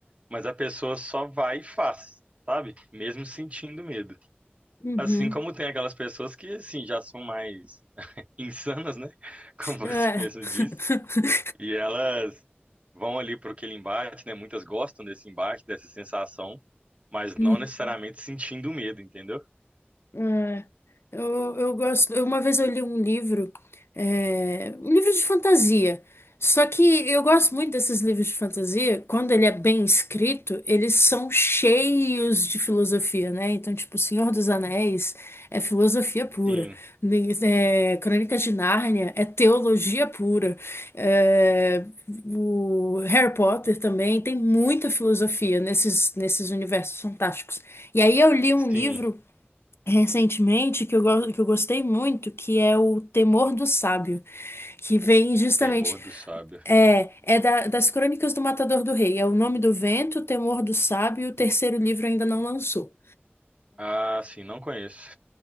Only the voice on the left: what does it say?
Uhum.
É.
<laughs>
Hum.
É. Eu, eu gosto. eu- Uma vez eu li um livro, é, um livro de fantasia. Só que eu gosto muito desses livros de fantasia. Quando ele é bem escrito, eles são cheios de filosofia, né? Então, tipo, Senhor dos Anéis é filosofia pura.
Ne- É, Crônicas de Nárnia é teologia pura. É, o Harry Potter também tem muita filosofia nesses, nesses universos fantásticos. E aí eu li um
livro recentemente que eu, go- que eu gostei muito, que é o Temor do Sábio, que vem justamente
é, é da- das Crônicas do Matador do Rei, é o Nome do Vento, Temor do Sábio, o terceiro livro ainda não lançou.